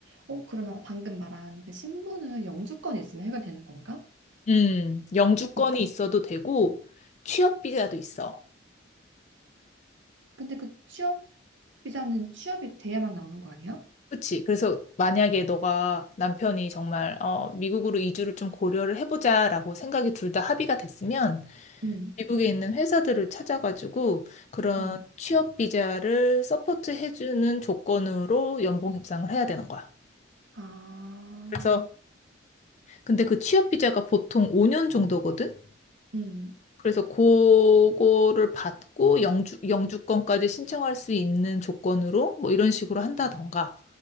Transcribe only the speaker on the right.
어, 그러면 방금 말한 그 신분은 영주권이 있으면 해결되는 건가?
음.
근데 그 취업 비자는 취업이 돼야만 나오는 거 아니야?
음,
음.
아.
음,